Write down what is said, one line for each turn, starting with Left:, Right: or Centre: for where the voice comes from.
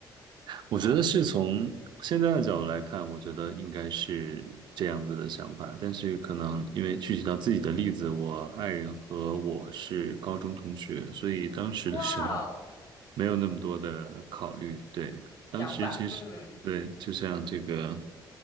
Right: 我觉得是从现在的角度来看，我觉得应该是这样子的想法。但是可能因为具体到自己的例子，我爱人和我是高中同学，所以当时的时候
Left: 哇哦，
Right: 没有那么多的考虑。对，当时其实。
Left: 想法，嗯
Right: 对，就像这个